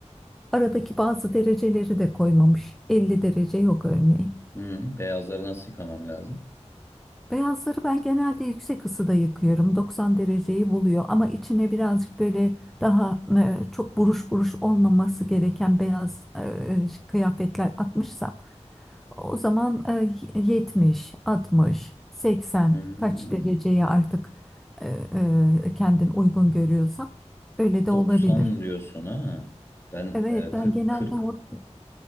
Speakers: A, in the centre; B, on the left (about 20°).
A: Aradaki bazı dereceleri de koymamış. 50 derece yok örneğin.
B: Hmm, beyazları nasıl yıkamam lazım?
A: Beyazları ben genelde yüksek ısıda yıkıyorum. 90 dereceyi buluyor ama içine birazcık böyle daha e, çok buruş buruş olmaması gereken beyaz e, kıyafetler atmışsam o zaman e, 70, 60, 80
B: Hmm,
A: kaç dereceye artık e, e, kendin uygun görüyorsan öyle de
B: 90
A: olabilir.
B: diyorsun ha. Ben
A: Evet
B: e,
A: ben
B: 40
A: genelde
B: 40
A: o